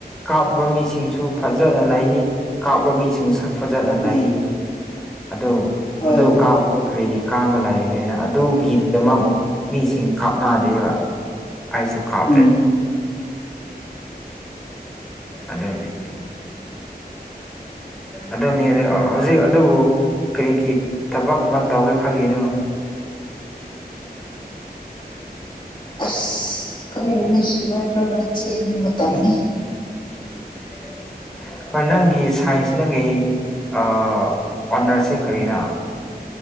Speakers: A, in the centre; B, on the left.
A: ꯀꯥꯞꯄꯕ ꯃꯤꯁꯤꯡꯁꯨ ꯐꯖꯅ ꯂꯩ ꯀꯥꯞꯂ ꯃꯤꯁꯤꯡꯁꯨ ꯐꯖꯅ ꯂꯩ
B: ꯎꯝ
A: ꯑꯗꯨ
B: ꯍꯣꯏ
A: ꯃꯗꯨ ꯀꯥꯕꯗꯣ ꯀꯔꯤꯒꯤ ꯀꯥꯟꯕ ꯂꯥꯏꯒꯦꯅ ꯑꯗꯨꯒꯤꯗꯃꯛ <unintelligible> ꯃꯤꯁꯤꯡ ꯀꯥꯞꯅꯗꯦꯕ ꯑꯩꯁꯨ ꯀꯥꯞꯇꯦ
B: ꯎꯝ
A: ꯑꯗꯨꯅꯦ ꯑꯗꯨꯅꯤ ꯑ ꯍꯧꯖꯤꯛ ꯑꯗꯨꯕꯨ ꯀꯔꯤ ꯀꯔꯤ ꯊꯕꯛ ꯑꯃ ꯇꯧꯒꯦ ꯈꯜꯂꯤꯅꯣ
B: ꯑꯁ ꯈꯪꯗꯦꯅꯦ ꯁꯤ ꯐꯥꯏ ꯈꯔ ꯈꯔ ꯆꯦꯟꯕ ꯇꯝꯃꯤ
A: <unintelligible> ꯍꯣꯏ ꯅꯪꯒꯤ ꯁꯥꯏꯟꯁꯁꯤ ꯅꯪꯒꯤ ꯑ ꯑꯣꯅꯔꯁꯁꯦ ꯀꯔꯤꯔ